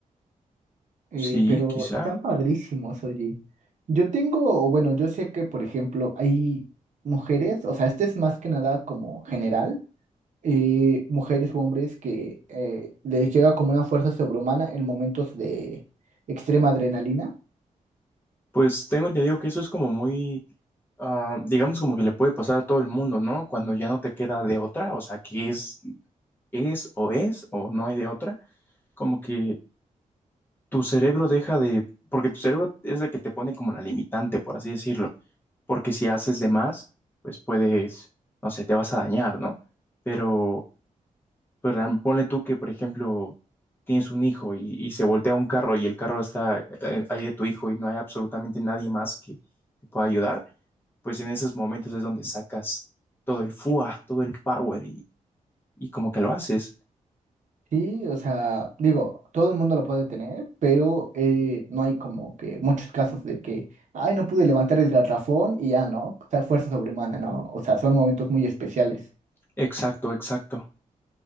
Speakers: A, on the right; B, on the left.
A: Eh,
B: Sí,
A: pero
B: quizá.
A: están padrísimos, oye. Yo tengo, o bueno, yo sé que, por ejemplo, hay mujeres, o sea, este es más que nada como general, eh, mujeres u hombres que eh, les llega como una fuerza sobrehumana en momentos de extrema adrenalina.
B: Pues tengo entendido que eso es como muy, ah, digamos como que le puede pasar a todo el mundo, ¿no? Cuando ya no te queda de otra, o sea, que es, es o es o no hay de otra, como que tu cerebro deja de, porque tu cerebro es el que te pone como la limitante, por así decirlo, porque si haces de más, pues puedes, no sé, te vas a dañar, ¿no? Pero, pues real- ponle tú que, por ejemplo, tienes un hijo y, y se voltea un carro y el carro está eh, ahí de tu hijo y no hay absolutamente nadie más que te pueda ayudar pues en esos momentos es donde sacas todo el FUA, todo el power y, y como que lo haces.
A: Sí, o sea, digo, todo el mundo lo puede tener, pero eh, no hay como que muchos casos de que, ay, no pude levantar el garrafón y ya, ¿no? O sea, fuerza sobrehumana, ¿no? O sea, son momentos muy especiales.
B: Exacto, exacto.